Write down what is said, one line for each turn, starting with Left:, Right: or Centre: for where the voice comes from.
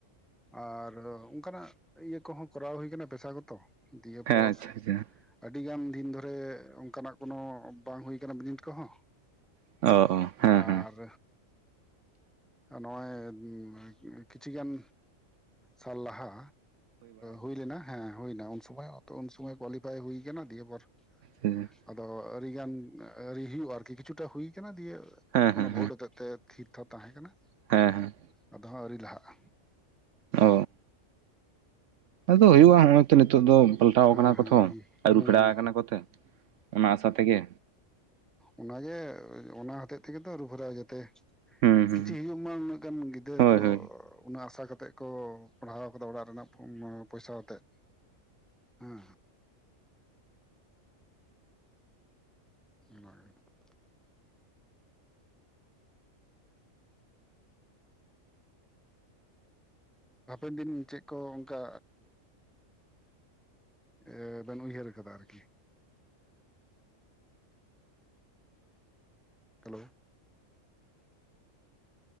Centre: ᱟᱨ ᱚᱱᱠᱟᱱᱟᱜ ᱤᱭᱟᱹ ᱠᱚᱦᱚᱸ ᱠᱚᱨᱟᱣ ᱦᱩᱭᱠᱟᱱᱟ ᱯᱮᱥᱟ ᱜᱚᱛᱚ᱾ ᱫᱤᱭᱮ
Right: ᱦᱮᱸ
Centre: ᱯᱚᱨᱼᱼ
Right: ᱟᱪᱪᱷᱟ ᱟᱪᱪᱷᱟ᱾
Centre: ᱟᱹᱰᱤ ᱜᱟᱱ ᱫᱤᱱ ᱫᱷᱚᱨᱮ ᱚᱱᱠᱟᱱᱟᱜ ᱠᱳᱱᱳ ᱵᱟᱝ ᱦᱩᱭ ᱟᱠᱟᱱᱟ ᱵᱤᱱᱤᱰ ᱠᱚᱦᱚᱸ,
Right: ᱚ ᱚ ᱦᱮᱸ
Centre: ᱟᱨᱼᱼ
Right: ᱦᱮᱸ
Centre: ᱱᱚᱜᱼᱚᱭ ᱠᱤᱪᱷᱤ ᱜᱟᱱᱼᱼ ᱥᱟᱞ ᱞᱟᱦᱟ ᱦᱩᱭ ᱞᱮᱱᱟ᱾ ᱦᱮᱸ ᱦᱩᱭᱱᱟ ᱩᱱ ᱥᱚᱢᱚᱭ ᱩᱱ ᱥᱩᱢᱚᱭ ᱠᱳᱣᱟᱞᱤᱯᱷᱟᱭ ᱦᱩᱭᱠᱟᱱᱟ ᱫᱤᱭᱮ ᱯᱚᱨᱼᱼ
Right: ᱦᱮᱸ
Centre: ᱟᱫᱚ ᱟᱹᱰᱤ ᱜᱟᱱ ᱟᱹᱣᱨᱤ ᱦᱩᱭᱩᱜᱼᱟ ᱟᱨᱠᱤ ᱠᱤᱪᱷᱩᱴᱟ ᱦᱩᱭ ᱟᱠᱟᱱᱟ ᱫᱤᱭᱮᱼᱼ
Right: ᱦᱮᱸ
Centre: ᱚᱱᱟ
Right: ᱦᱮᱸ
Centre: ᱵᱷᱳᱴ ᱦᱚᱛᱮᱫ ᱛᱮ ᱛᱷᱤᱨ ᱛᱷᱟᱨ ᱛᱟᱦᱮᱸ ᱠᱟᱱᱟ᱾
Right: ᱦᱮᱸ ᱦᱮᱸ
Centre: ᱟᱫᱚ ᱦᱟᱸᱜ ᱟᱹᱣᱨᱤ ᱞᱟᱦᱟᱜᱼᱟ᱾
Right: ᱚᱻ ᱟᱫᱚ ᱦᱩᱭᱩᱜᱼᱟ ᱱᱚᱜᱼᱚᱭ ᱛᱚ ᱱᱤᱛᱳᱜ ᱫᱚ ᱯᱟᱞᱴᱟᱣ
Centre: ᱦᱮᱸ
Right: ᱠᱟᱱᱟ ᱠᱚ
Centre: ᱦᱮᱸ
Right: ᱛᱚ
Centre: ᱦᱮᱸ ᱦᱩᱸ
Right: ᱟᱹᱨᱩ ᱯᱷᱮᱲᱟᱣ
Centre: ᱦᱩᱸ
Right: ᱟᱠᱟᱱᱟ ᱠᱚᱛᱮ ᱚᱱᱟᱼᱼ ᱥᱟᱛᱮᱜᱮ
Centre: ᱚᱱᱟ ᱜᱮ ᱚᱱᱟ ᱦᱚᱛᱮᱡ ᱛᱮᱜᱮ ᱛᱚ ᱟᱹᱨᱩ ᱯᱷᱮᱨᱟ ᱡᱟᱛᱮ
Right: ᱦᱩᱸ
Centre: ᱠᱤᱪᱷᱤ
Right: ᱦᱩᱸ
Centre: ᱦᱩᱭᱩᱜᱼᱼ <inaudible> ᱩᱱᱟᱹᱜ ᱜᱟᱱ ᱜᱤᱫᱟᱹᱨ
Right: ᱦᱳᱭ
Centre: ᱠᱚ
Right: ᱦᱳᱭ
Centre: ᱩᱱᱟᱹᱜ ᱟᱥᱟ ᱠᱟᱛᱮᱫ ᱠᱚ ᱯᱟᱲᱦᱟᱣ ᱟᱠᱟᱫᱟ ᱚᱲᱟᱜ ᱨᱮᱱᱟᱜ ᱯᱚᱭᱥᱟ ᱟᱛᱮᱫ᱾ ᱦᱩᱸᱼᱼ ᱚᱻ ᱦᱟᱯᱮᱱ ᱫᱤᱱ ᱪᱮᱫ ᱠᱚ ᱚᱱᱠᱟᱼᱼ ᱮ ᱵᱮᱱ ᱩᱭᱦᱟᱹᱨ ᱟᱠᱟᱫᱟ ᱟᱨᱠᱤ᱾ ᱦᱮᱞᱳ᱾